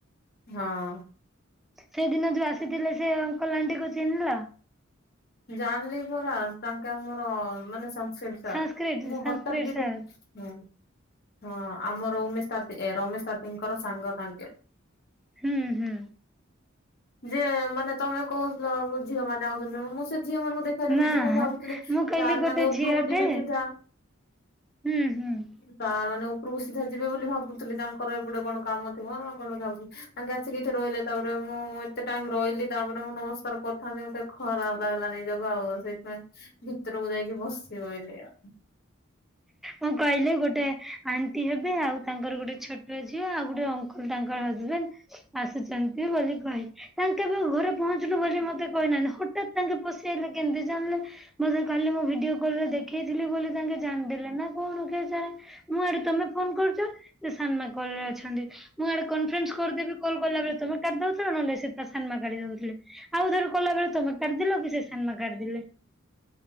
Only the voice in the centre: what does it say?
ସେଦିନ ଯୋଉ ଆସିଥିଲେ ସେ ଅଙ୍କଲ ଆଣ୍ଟିକୁ ଚିହ୍ନିଲ।
ସାଂସ୍କ୍ରିଟ
ସାଂସ୍କ୍ରିଟ
ସାର୍
ହୁଁ ହୁଁ।
ନା
ମୁଁ କହିଲି
ଗୋଟେ
ଝିଅଟେ
ହୁଁ ହୁଁ
ମୁଁ କହିଲେ ଗୋଟେ ଆଣ୍ଟି ହେବେ ଆଉ ତାଙ୍କର ଗୋଟେ ଛୋଟ ଝିଅ ଆଉ ଗୋଟେ ଅ ତାଙ୍କର ହଜବେଣ୍ଡ ଆସୁଛନ୍ତି ବୋଲି କହି ତାଙ୍କେ ବି ଘରେ ପହଞ୍ଚିଲୁ ବୋଲି ମତେ କହିନାହାନ୍ତି ହଠାତ୍ ତାଙ୍କେ ପଶି ଆଲେ କେମିତି ଜାଣିଲେ ମତେ କାଲି ମୁଁ ଭିଡିଓ କଲରେ ଦେଖେଇଥିଲି ବୋଲି ତାଙ୍କେ ଜାଣିଦେଲେ ନା କଣ କେଜାଣି। ମୁଁ ଆଡେ ତମେ ଫୋନ କରୁଛ ସେ ସାନମା କଲରେ ଅଛନ୍ତି। ମୁଁ ଆଡେ କନଫରେନ୍ସ କରିଦବି କଲ୍ କଲା ବେଳେ ତମେ କାଟି ଦଉଥିଲ ନହେଲେ ସେ ତା ସାନମା କାଟି ଦଉଥିଲେ। ଆଉ ଥରେ କଲା ବେଳେ ତମେ କାଟିଦେଲ କି ସେ ସାନମା କାଟିଦେଲେ